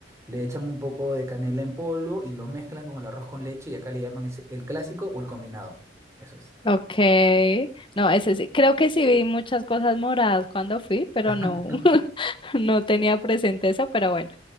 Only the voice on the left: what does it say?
Ok, no, ese sí, creo que sí vi muchas cosas moradas cuando fui, pero
no, <laughs> no tenía presente eso, pero bueno,